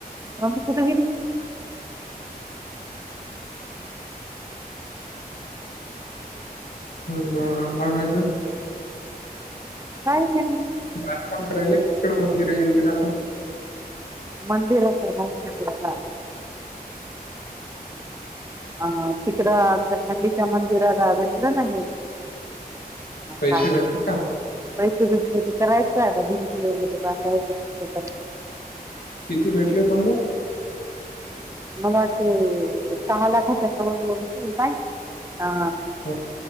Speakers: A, on the right; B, on the left.
A: राहुलला फोटो घेते.
B: हम्म ब मग अजून.
A: काय नाय
B: <unintelligible> काम करायला तिकडं <unintelligible> आहे मंदिराचं.
A: मंदिर अस नयस अ अ तिकड आमच्या खंडीच्या मंदिराला भेटलं नाही.
B: पैसे
A: का
B: भेटले का
A: पैसे घेतले ते करायचंय आता भिंती वगैरे. बांधायचं त्याच्यात
B: किती भेटले समजा.
A: आम वाटठी सहालखा चंद्रभदची काई ह.
B: हो